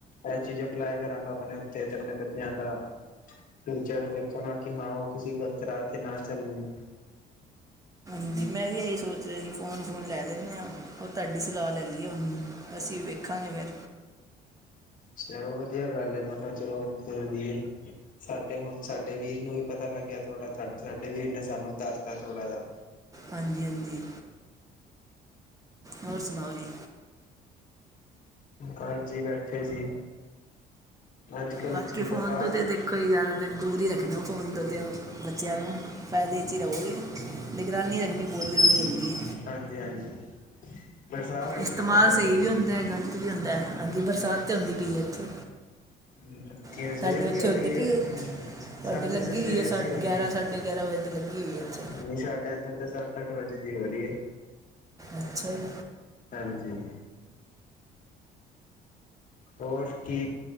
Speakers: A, on the left (about 50°); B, on the right (about 20°).
A: ਇਹ ਚੀਜ਼ਾਂ ਅਪਲਾਏ ਕਰਾਂਗਾ ਆਪਣੇ ਓਤੇ ਤੇ ਆਪਣੇ ਬੱਚਿਆਂ ਦਾ। ਫਿਰ ਚਾਏ ਦੇਖਣਾ ਕਿ ਹਾਂ ਉਹ ਕਿਸੇ ਗ਼ਲਤ ਰਾਹ ਤੇ ਨਾ ਚੱਲਣ।
B: ਹਾਂਜੀ ਮੈਂ ਵੀ ਇਹੀ ਸੋਚ ਰਿਹਾ ਸੀ ਫੋਨ-ਫੋਨ ਲੈ ਦਿੰਨੇ ਆ ਉਹ ਤੁਹਾਡੀ ਸਲਾਹ ਲੈ ਲਈ ਆ ਉਹਨੂੰ ਅਸੀਂ ਵਖ ਵੇਖਾਂਗੇ ਫੇਰ।
A: ਚਲੋ ਵਧੀਆ ਗੱਲ ਹੈ। ਮੈਂ ਕਿਹਾ ਚਲੋ ਖੋਲਦੀ ਏ ਸਾਡੇ ਹੁਣ ਸਾਡੇ ਵੀਰ ਨੂੰ ਵੀ ਪਤਾ ਲੱਗਿਆ ਥੋੜਾ ਸਾਡੇ ਵੀਰ ਨੇ ਸਾਨੂੰ ਦੱਸਤਾ ਥੋੜਾ ਜਿਹਾ।
B: ਹਾਂਜੀ। ਹਾਂਜੀ। ਹੋਰ ਸੁਣਾਓ ਜੀ।
A: ਬਸ ਜੀ ਬੈਠੇ ਸੀ। ਅੱਜ ਕੱਲ
B: ਬਾਕੀ
A: ਬਰਸਾਤ
B: ਫ਼ੋਨ ਤੋਂ ਤੇ ਦੇਖੋ ਜ਼ਯਾਦਾ ਦੇਰ ਦੂਰ ਹੀ ਰੱਖਣਾ ਫੋਨ ਤੋਂ ਤਾਂ ਬੱਚਿਆਂ ਨੂੰ। ਫਾਇਦੇ 'ਚ ਹੀ ਰਹੋਗੇ ਨਿਗਰਾਨੀ ਰੱਖਣੀ ਬਹੁਤ ਜ਼ਰੂਰੀ ਹੁੰਦੀ ਏ
A: ਹਾਂਜੀ ਹਾਂਜੀ ਬਰਸਾਤ ਹੋ
B: ਇਸਤੇਮਾਲ
A: ਰਹੀ ਹੈ ਤੁਹਾਡੇ
B: ਸਹੀ
A: ਉੱਧਰ
B: ਵੀ ਹੁੰਦਾ ਗ਼ਲਤ ਵੀ ਹੁੰਦਾ ਹਾਂਜੀ ਬਰਸਾਤ ਤੇ ਹੁੰਦੀ ਪਈ ਏ ਇੱਥੇ।
A: ਹਮ। ਜਿਆ
B: ਤੁਹਾਡੇ
A: ਸਵੇਰ
B: ਉੱਥੇ
A: ਦੀ ਹੋ
B: ਹੁੰਦੀ
A: ਰਹੀ ਏ।
B: ਪਈ ਹੈ ਤੁਹਾਡੇ
A: ਸਾਡੇ
B: ਲੱਗੀ
A: ਤੇ
B: ਹੋਈ
A: ਸਵੇਰ
B: ਹੈ ਸਾ
A: ਦੀ ਹੋ ਰਹੀ
B: ਗਿਆਰਾਂ
A: ਏ।
B: ਸਾਢੇ ਗਿਆਰਾਂ ਵਜੇ ਦੀ ਲੱਗੀ ਹੋਈ ਹੈ ਇੱਥੇ
A: ਨਹੀ ਸਾਢੇ ਏਧਰ ਸੱਤ ਅੱਠ ਵਜੇ ਦੀ ਹੋ ਰਹੀ ਹੈ।
B: ਅੱਛਾ ਜੀ।
A: ਹਾਂਜੀ। ਹੋਰ ਕਿ